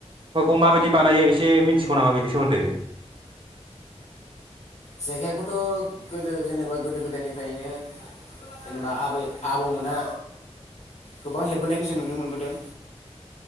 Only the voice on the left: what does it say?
जेखाइखौथ गोदो जेनेबा गोदो गोदायनिफ्रायनो जेनेबा आबै आबौमोनहा गोबां हेबबोनायखौ जों नुनो मोनबोदों